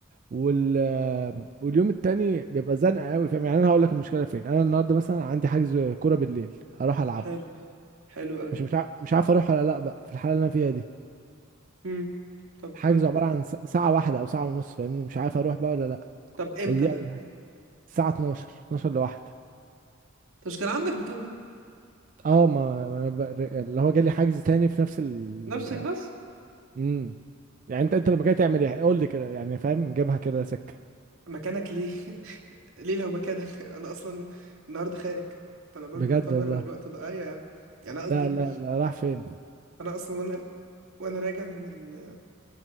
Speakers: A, on the right (about 40°); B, on the right (about 85°).
A: وال... واليوم التاني بيبقى زنقة قوي فاهم يعني انا هقول لك المشكلة فين انا النهارده مثلا عندي حجز كورة بالليل هروح العبه
B: حلو حلو قوي
A: مش مش عارف مش عارف اروح ولا لا بقى في الحالة اللي انا فيها دي
B: امم طب
A: حجزه عبارة عن س- ساعة واحدة أو ساعة ونص فاهمني مش عارف أروح بقى ولا لأ
B: طب امتى
A: دي
B: ده؟
A: أول- الساعة 12 12 لواحدة
B: انت مش كان عندك من كام يوم؟
A: اه ما ما أنا بق- اللي هو جالي حجز تاني في نفس ال
B: نفس الناس؟
A: امم يعني انت انت لما جاي تعمل ايه قول لي كده يعني فاهم جابها كده سكة
B: مكانك ليه <laughs> ليه لو مكانك <laughs> انا اصلا النهارده خارج فانا برضو
A: بجد
B: يعتبر
A: والله
B: الوقت ده ايوه يعني يعني انا قصدي
A: لا لا لا راح فين
B: انا اصلا وانا وانا راجع من ال...